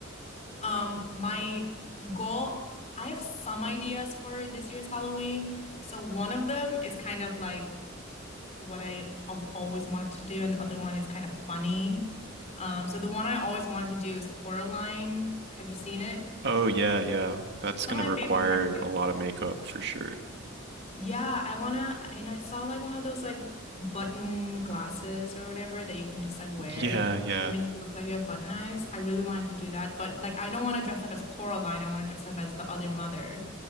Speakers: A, on the left (about 35°); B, on the right (about 60°).
A: Um, my goal, I have some ideas for this year's Halloween. So one of them is kind of like, what I have always wanted to do, and the other one is kind of funny. Um, so the one I always wanted to do is Coraline. Have you seen it?
B: Oh yeah, yeah. That's
A: It's
B: gonna
A: one of my
B: require
A: favorite cartoons.
B: a lot of makeup for sure.
A: Yeah, I wanna, and I saw like one of those like button glasses or whatever that you can just like wear
B: <laughs> Yeah, yeah.
A: that makes you look like you have button eyes. I really wanted to do that, but like I don't want to dress up as Coraline. I want to dress up as the other mother.